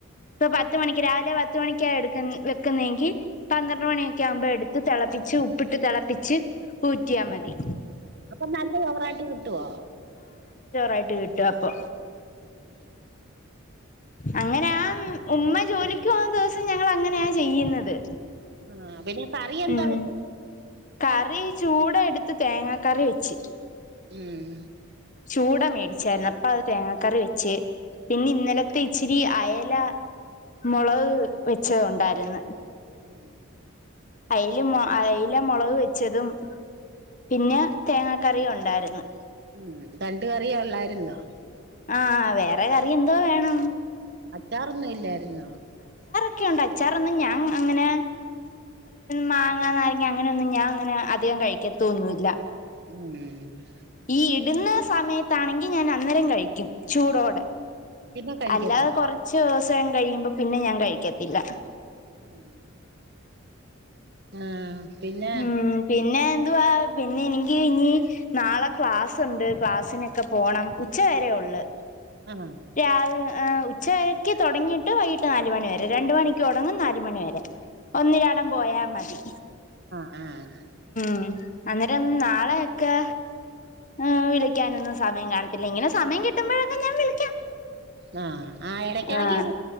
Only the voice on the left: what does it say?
പ്പം പത്ത് മണിക്ക് രാവിൽത്തെ പത്ത് മണിക്കാ വെക്കുന്നതെങ്കിൽ പന്ത്ര മണിയൊക്കെ ആകുമ്പോൾ എടുത്ത് തിളപ്പച്ച് ഉപ്പട്ട് തിളപ്പിച്ച് ച്ച് ഊറ്റിയാൽ മതി
ായിട്ട് കിട്ടു അപ്പൊ
അങ്ങനെയ ഉമ്മ ജോലിക്ക് പോന്ന ദിവസം ഞങ്ങള അങ്ങനെയ ചെയ്യുന്നത്
ഉം കറി ചൂട എടുത്ത് തേങ്ങാ കറി വെച്ച്
ചൂട മേടിച്ചായിരുന്നു അപ്പ അത് തേങ്ങാക്കറി വെച്ച് പിന്നെ ഇന്നലത്തെ ഇച്ചിരി അയല മുളക് വെച്ചത് ഉണ്ടായിര്ന്ന്
അയിൽ അയില മുളക് വെച്ചതും പിന്നെ തേങ്ങാ കറിയും ഉണ്ടായിര്ന്ന്
ആഹ വേറെ കറി എന്തോ വേണം
ഒക്കെയണ്ട് അച്ചാറ ഒന്ന് ഞാൻ അങ്ങനെ മാങ്ങാ നാരങ്ങ അങ്ങനെയൊന്നും ഞാൻ അങ്ങനെ അധികം കഴിക്കത്തൊന്നില്ല
ഈ ഇടുന്ന സമയത്താണെങ്കിൽ ഞാൻ അന്നേരം കഴിക്കും ചൂടോടെ
അല്ലാതെ കുറച്ചൂസം കഴിയുമ്പോ പിന്നെ ഞാൻ കഴിക്കത്തില്ല
ഉം പിന്നെ എന്തുവാ പിന്നെ എനിക്കിനി നാളെ ക്ലാസ്സുണ്ട് ക്ലാസിനൊക്കെ പോണം ഉച്ച വരെയുള്ളു
രാവി ഹ് ഉച്ചയ്ക്ക് തുടങ്ങിയിട്ട് വൈകിട്ട് നാലുമാണി വരെ രണ്ടു മണിക്ക് തുടങ്ങും നാലുമണി വരെ ഒന്നിരാടം പോയാ മതി
ഉ അന്നേരം നാളെ ഒക്കെ ആ വിളിക്കാനൊന്നും സമയം കാണത്തില്ല ഇങ്ങനെ സമയം കിട്ടുമ്പോഴൊക്കെ ഞാൻ വിളിക്കാം
ആഹ്